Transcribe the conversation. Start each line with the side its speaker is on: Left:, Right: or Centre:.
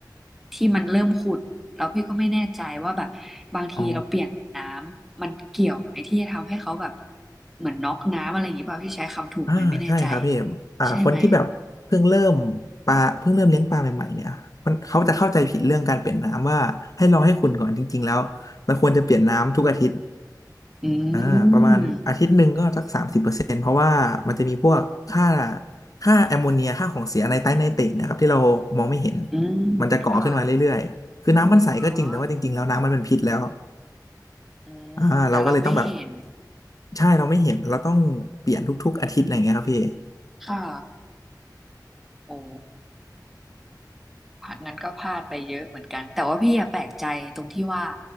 Centre: ที่มันเริ่มขุ่นแล้วพี่ก็ไม่แน่ใจว่าแบบบางทีเราเปลี่ยนน้ำมันเกี่ยวไหมที่จะทำให้เขาแบบ
Left: อ๋อ
Centre: เหมือนน็อกน้ำอะไรอย่างนี้เปล่าพี่ใช้คำถูกไหมไม่แน่ใจ
Left: อ่าใช่ครับพี่เอ็มอ่าคนที่แบบเพิ่งเริ่ม
Centre: ใช่ไหม
Left: ปลาเพิ่งเริ่มเลี้ยงปลาใหม่ๆเนี่ยคนเขาจะเข้าใจผิดเรื่องการเปลี่ยนน้ำว่าให้รอให้คุณก่อนจริงๆแล้วมันควรจะเปลี่ยนน้ำทุกอาทิตย์
Centre: อื
Left: อ่าประมาณอาทิตย์หนึ่งก็สักสามสิบเปอร์เซ็นต์เพราะว่ามันจะมีพวกค่า
Centre: ม
Left: ค่าแอมโมเนียค่าของเสียในไตรไนเตรตนะครับที่เรามองไม่เห็น
Centre: อืมค่ะ
Left: มันจะก่อขึ้นมาเรื่อยๆคือน้ำมันใสก็จริงแต่ว่าจริงๆแล้วน้ำมันเป็นพิษแล้ว
Centre: อ๋ออืมแต่เราไม่เห็น
Left: อ่าเราก็เลยต้องแบบใช่เราไม่เห็นเราต้องเปลี่ยนทุกๆอาทิตย์อะไรอย่างเงี้ยครับพี่
Centre: ค่ะโอ้ พลาดงั้นก็พลาดไปเยอะเหมือนกันแต่ว่าพี่อะแปลกใจตรงที่ว่า